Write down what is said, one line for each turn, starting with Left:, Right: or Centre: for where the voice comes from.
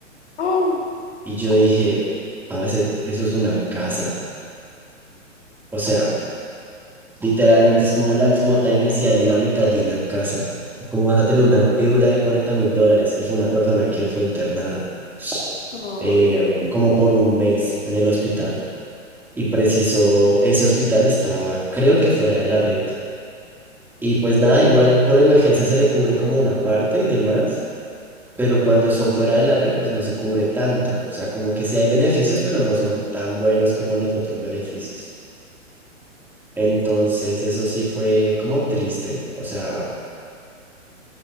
Left: ¡Oh!
Centre: Y yo dije, parce, eso es una casa. O sea, literalmente es como la cuota inicial y la mitad de una casa. ¿Cómo vas a tener una
Left: No.
Centre: deuda de cuarenta mil dólares? Y fue una persona que fue internada
Left: Ay,
Centre: eh,
Left: Mari.
Centre: como por un mes en el hospital. Y preciso, ese hospital estaba, creo que fuera de la red. Y pues nada, igual por emergencia se le cubre como una parte y demás, pero cuando son fuera de la red, pues no se cubre tanto. O sea, como que sí hay beneficios, pero no son tan buenos como los otros beneficios. Entonces, eso sí fue como triste. O sea,